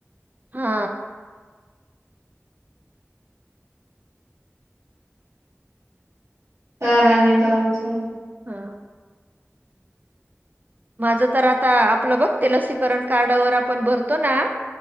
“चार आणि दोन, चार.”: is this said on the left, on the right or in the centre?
Right